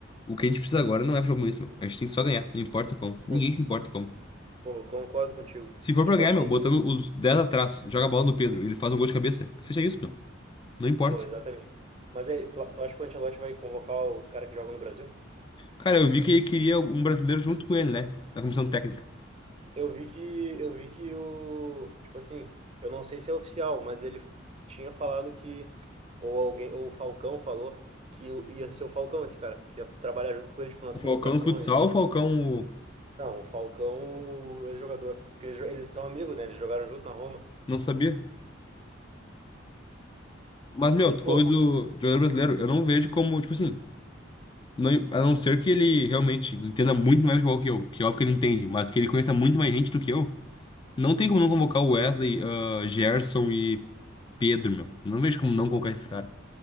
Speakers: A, on the left (about 25°); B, on the right (about 30°).
A: o que a gente precisa agora não é futebol bonito, meu. A gente tem que só ganhar, não importa como.
B: Pô,
A: Ninguém se importa como.
B: pô, concordo contigo.
A: Se for
B: E, tipo,
A: pra ganhar,
B: assim,
A: meu, botando os 10 atrás, joga a bola no Pedro, ele faz um gol de cabeça. Que seja isso, meu. Não importa.
B: pô, exatamente. Mas aí, tu, tu acha que o Ancelotti vai convocar os caras que jogam no Brasil?
A: Cara, eu vi que ele queria um brasileiro junto com ele, né? Na comissão técnica.
B: Eu vi que eu vi que o, tipo assim, eu não sei se é oficial, mas ele tinha falado que ou alguém, ou o Falcão falou que o- ia ser o Falcão esse cara, que ia trabalhar junto com ele tipo nas
A: O Falcão
B: convocações.
A: no futsal,
B: e tal.
A: o Falcão. o-
B: Não, o Falcão, o ex-jogador, porque eles, jo- eles são amigos, né? Eles jogaram junto na Roma.
A: Não sabia. Mas, meu,
B: E
A: tu falou
B: pô,
A: do de jogador brasileiro. Eu não vejo como, tipo assim. Não, a não ser que ele realmente entenda muito mais de futebol que eu, que óbvio que ele entende, mas que ele conheça muito mais gente do que eu, não tem como não convocar o Wesley, ah, Gerson e Pedro, meu. Não vejo como não convocar esses caras.